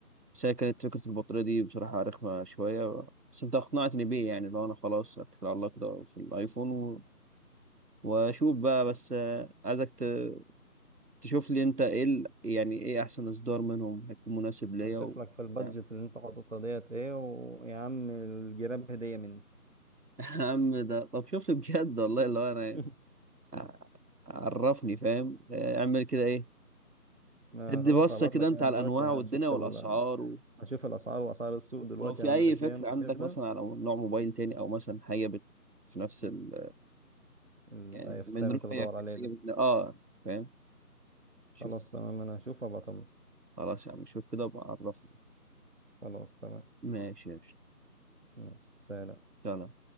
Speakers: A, on the right; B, on the right.
A: بس هي كانت فكرة البطارية دي بصراحة رخمة شوية بس انت اقنعتني بيه يعني لو انا خلاص اتكل على الله كده في الايفون واشوف بقى بس آه، عايزك ت- تشوف لي انت ايه ال- يعني ايه احسن اصدار منهم هيكون مناسب ليا
B: هشوف
A: و...
B: لك في
A: <laughs>
B: البادجت
A: يا
B: اللي انت حاططها ديت ايه ويا عم الجراب هديه مني
A: عم ده طب شوف لي بجد والله اللي هو انا
B: <laughs>
A: ع- عرفني فاهم آه، اعمل كده ايه
B: ما
A: ادي
B: خلاص
A: بصة
B: هبعت
A: كده
B: لك
A: انت
B: انا
A: على
B: دلوقتي
A: الانواع
B: هشوف
A: والدنيا والاسعار
B: ال...
A: و...
B: هشوف الاسعار واسعار السوق دلوقتي
A: ولو في
B: عامله
A: اي
B: كام
A: فكرة عندك
B: وكده
A: مثلا على نوع موبايل تاني او مثلا حاجة بت... في نفس ال...
B: ال-
A: يعني
B: أيوة في
A: من
B: السعر اللي
A: رؤيك
B: انت بدور
A: حاجة
B: عليه ده
A: بت... اه فاهم شوف
B: خلاص تمام انا هشوف وابقى اطمن
A: خلاص يا عم شوف كده وبقى عرفني
B: خلاص تمام
A: ماشي يا باشا.
B: ماشي سلام
A: سلام